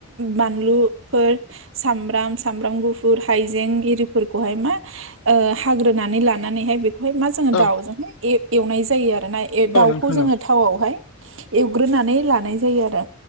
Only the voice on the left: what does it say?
औ
औ
नोंथां